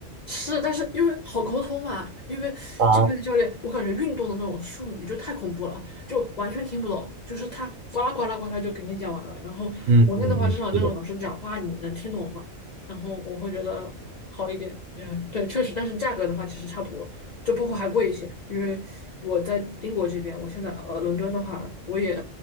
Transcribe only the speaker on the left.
是，但是因为好沟通嘛，因为这边的教练，
我感觉运动的那种术语就太恐怖了，就完全听不懂，就是他呱啦呱啦呱啦就给你讲完了。然后国内的话，
至少那个老师讲话你能听懂嘛，
然后我会觉得好一点。嗯，对，确实，但是价格的话其实差不多，就包括还贵一些，因为我在英国这边，我现在呃伦敦的话，我也